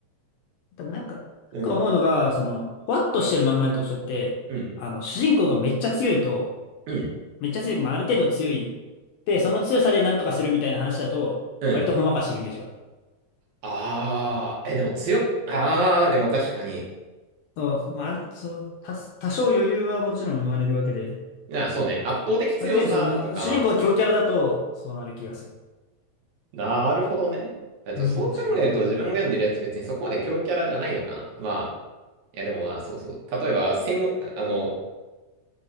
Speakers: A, on the left; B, on the right.
A: でもなんか、なんか思うのが、
B: うん、
A: その、ほわっとしてる漫画の特徴って、
B: うん、
A: あの、主人公がめっちゃ強いと、
B: うん、
A: めっちゃ強い、まあ、ある程度強い。で、その強さでなんとかするみたいな話だと、
B: うん。
A: 割とほんわかしてるイメージがある。
B: あー、え、でも強っ。あー、でも確かに。
A: そう、まあ、あるそう、多、多少余裕はもちろん生まれるわけで、
B: な、そうね、圧倒的強さとかは、
A: ある程度その、主人公が強キャラだと、そうなる気がする。
B: なるほどね。えっと、
A: イメージが勝手に。
B: そう考えると自分が読んでるやつ別にそこまで強キャラじゃないのかな。まあ、いや、でもまあ、そうそう。例えば、戦後、あの、